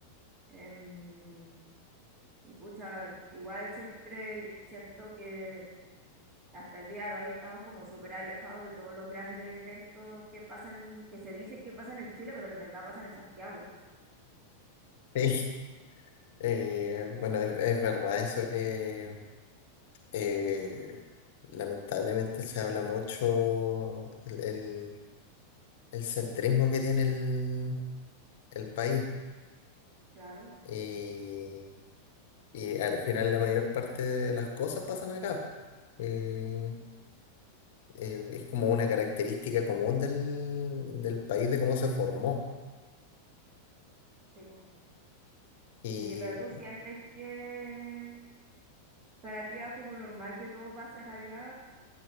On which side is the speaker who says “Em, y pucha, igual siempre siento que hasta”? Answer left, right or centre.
Right